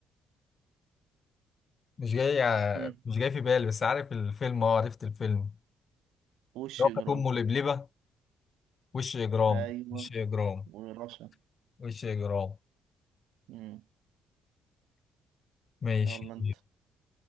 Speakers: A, on the left; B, on the right.
A: مش جاي ع-
B: هم.
A: مش جاي في بالي بس عارف الفيلم آه عرفت الفيلم
B: وش
A: لو
B: إجرام
A: كانت أمه لبلبة وش إجرام
B: أيوه
A: وش إجرام
B: ورشا
A: وش إجرام
B: هم.
A: ماشي
B: يلا أنت